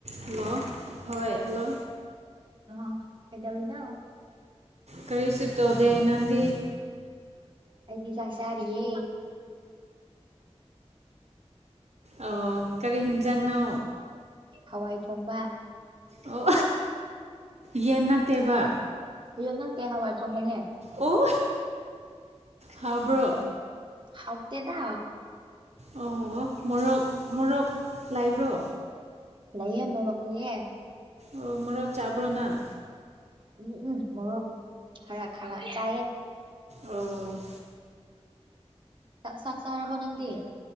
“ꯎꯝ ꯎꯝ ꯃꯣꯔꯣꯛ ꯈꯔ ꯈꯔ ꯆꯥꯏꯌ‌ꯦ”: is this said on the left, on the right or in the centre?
Right